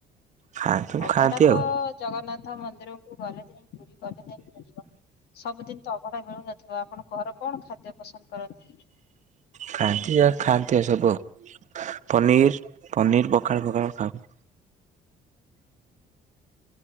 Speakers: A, on the right; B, on the left.
A: ଖାଆନ୍ତୁ
B: ଅଭଡ଼ା
A: ଖାଆନ୍ତି ଆଉ
B: ତ ଜଗନ୍ନାଥ ମନ୍ଦି ମନ୍ଦିର କୁ ଗଲେ ଯାଇ ପୁରୀ ଗଲେ ଯାଇ ମିଳିବ। ସବୁଦିନ ତ ଅଭଡ଼ା ମିଳୁନଥିବ। ଆପଣ ଘର କଣ ଖାଦ୍ୟ ପସନ୍ଦ କରନ୍ତି?
A: ଖାଆନ୍ତି ଯା ଖାଆନ୍ତି ସବୁ ପନିର ପନିର୍ ପଖାଳ ପଖାଳ ଖାଉ